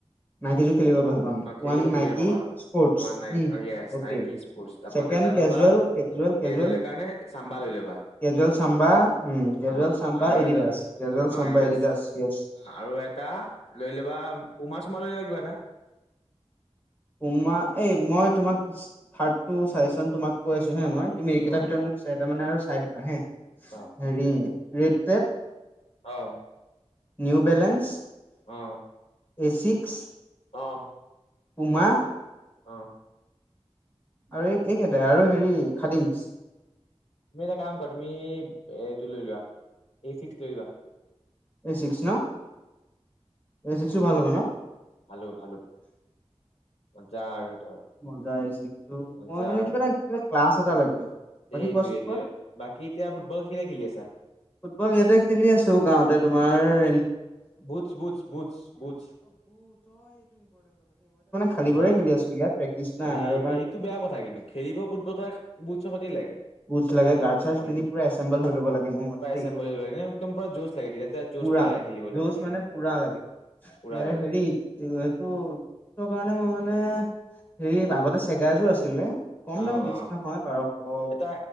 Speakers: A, on the left; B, on the left.
A: নাইকীটো খেলিব ভাল। পাম
B: অঁ খেলিব
A: ওৱান
B: বঢ়িয়া
A: নাইকি
B: পাবা,
A: স্পৰ্টছ
B: ৱান নাইক
A: উম
B: অঁ ইয়েছ
A: অকে
B: নাইকি স্পৰ্ট তাপত
A: ছেকেণ্ড
B: এটা ল'বা-
A: কেজুৱেল কেজুৱেল কেজুৱেল
B: কেজুৱেলৰ কাৰণে চাম্বা লৈ ল'বা।
A: কেজুৱেল চাম্বা উম, কেজুৱেল
B: অ
A: চাম্বা
B: আৰু
A: এডিডাস,
B: এযোৰ
A: কেজুৱেল
B: অ
A: চাম্বা
B: এডিডাছ
A: এডিডাস ইয়েছ।
B: আৰু এটা লৈ ল'বা উমা চুমা লৈ লবা কিবা এটা।
A: উমা, এই মই তোমাক থাৰ্ডটো চাগেচন তোমাক কৈ আছো হে মই, তুমি একেটাৰ
B: অ'
A: ভিতৰত
B: থাৰ্ড
A: মোক- মানে আৰু চাই দিবা হে
B: পা
A: হেৰি ৰেটপেট।
B: অঁ।
A: New Balance.
B: অঁ।
A: এ চিক্স, -
B: অঁ।
A: পুমা, -
B: অঁ।
A: আৰু এই এইকেইটাই আৰু হেৰি খাদিমছ।
B: তুমি এটা কাম কৰা তুমি এইটো লৈ লোৱা এ চিক্স লৈ লোৱা।
A: এ চিক্স ন, এ চিক্সো ভাল হ'ব ন।
B: ভালো ভালো মজা আৰু সেইটো আৰু।
A: মজা এ চিক্সটো।
B: মজা
A: মই মানে কিবা এটা কিবা ক্লাছ এটা লাগে। বাকী
B: এইটোৱেটো,
A: কোৱাচোন কোৱা
B: বাকী এতিয়া ফুটবল কেতিয়া খেলি আছা?
A: ফুটবল ইয়াতে খেলি আছো গাঁৱতে তোমাৰ-
B: বুটছ বুটছ বুটছ বুটছ।
A: <unintelligible>
B: সেই
A: আছিলো ইয়াত প্ৰেক্টিচ নাই
B: সেই
A: আৰু মানে
B: সেইটো বেয়া কথা কিন্তু খেলিব ক বুট চখতেই লাগে।
A: বুটছ লাগে, গাৰ্চ চাৰ্চ
B: উম,
A: পিন্ধি পুৰা এছেম্বল হৈ ল'ব লাগে মোৰ মতে দেই।
B: <unintelligible> একদম পুৰা জোছ লাগে <unintelligible>
A: পুৰা
B: খেলিবলে,
A: যুজ
B: উম,
A: মানে
B: সেইটোয়ে,
A: পুৰা লাগে
B: পুৰা লাগে
A: হেৰি
B: তেতিয়া
A: এইটো ত কাৰণে মই মানে, হেৰি
B: অ
A: আগতে চেগাৰজোৰ আছিলে কম
B: অ অ
A: দামী বেছি নহয় বাৰশ পোন্ধৰশ
B: এটা,